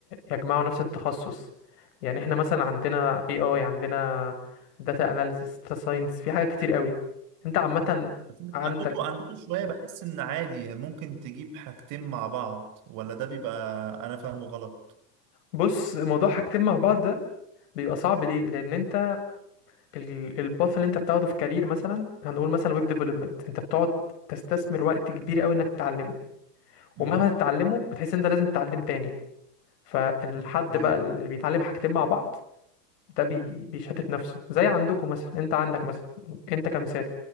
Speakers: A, on the left; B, on the right.
A: يجمعوا نفس التخصص يعني احنا مثلا عندنا اي اي عندنا داتا اناليسيس داتا ساينس في حاجات كتير قوي انت عامة
B: بس
A: عندك
B: عندكم عندكم شوية بحس إن عادي ممكن تجيب حاجتين مع بعض ولا ده بيبقى أنا فاهمه غلط
A: بص موضوع حاجتين مع بعض ده بيبقى صعب ليه لان انت ال- الباث اللي انت بتاخده في كارير مثلا هنقول مثلا ويب ديفلوبمنت انت بتقعد تستثمر وقت كبير قوي انك تتعلمه ومهما
B: امم
A: تتعلمه بتحس ان انت لازم تتعلم تاني فالحد
B: اوكي
A: بقى اللي بيتعلم حاجتين مع بعض ده بي... بيشتت نفسه زي عندكم مثلا انت عندك مثلا انت كمثال